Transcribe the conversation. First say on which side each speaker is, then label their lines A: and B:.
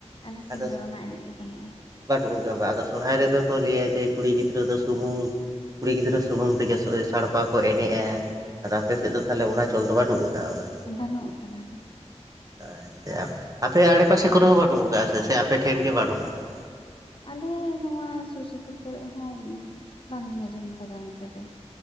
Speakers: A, on the left (about 45°); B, on the right (about 30°).
A: ᱟᱞᱮ ᱥᱮᱱ
B: ᱟᱫᱚ
A: ᱫᱚ ᱚᱱᱟ ᱮᱱᱮᱡ ᱫᱚ ᱵᱟᱹᱱᱩᱜᱼᱟ
B: ᱵᱟᱹᱱᱩᱜ ᱟᱠᱟᱫᱟ ᱵᱟ ᱟᱫᱚ ᱥᱚᱨᱦᱟᱭ ᱨᱮᱫᱚ ᱠᱚ ᱞᱟᱹᱭᱟ ᱡᱮ ᱠᱩᱲᱤ ᱜᱤᱫᱽᱨᱟᱹ ᱫᱚ ᱥᱩᱢᱩᱝ ᱠᱩᱲᱤ ᱜᱤᱫᱽᱨᱟᱹ ᱥᱩᱢᱩᱝ ᱛᱮᱜᱮ ᱥᱟᱲᱯᱟ ᱠᱚ ᱮᱱᱮᱡᱼᱟ ᱟᱨ ᱟᱯᱮ ᱥᱮᱫ ᱫᱚ ᱛᱟᱦᱚᱞᱮ ᱚᱱᱟ ᱪᱚᱞ ᱫᱚ ᱵᱟᱹᱱᱩᱜ ᱟᱠᱟᱫᱼᱟ ᱵᱟ
A: ᱵᱟᱹᱱᱩᱜ ᱟᱠᱟᱫᱟ
B: ᱟᱪᱪᱷᱟ ᱟᱯᱮ ᱟᱲᱮᱯᱟᱥᱮ ᱠᱚᱨᱮ ᱦᱚᱸ ᱵᱟᱹᱱᱩᱜ ᱠᱟᱜ ᱥᱮ ᱥᱮ ᱟᱯᱮ ᱴᱷᱮᱱ ᱜᱮ ᱵᱟᱹᱱᱩᱜ ᱟᱠᱟᱜᱼᱟ
A: ᱟᱞᱮ ᱱᱚᱣᱟ ᱥᱩᱨ ᱥᱩᱯᱩᱨ ᱠᱚᱨᱮ ᱦᱚᱸ ᱵᱟᱝ ᱞᱤᱧ ᱟᱸᱡᱚᱢ ᱟᱠᱟᱫᱟ ᱚᱱᱠᱟ ᱫᱚ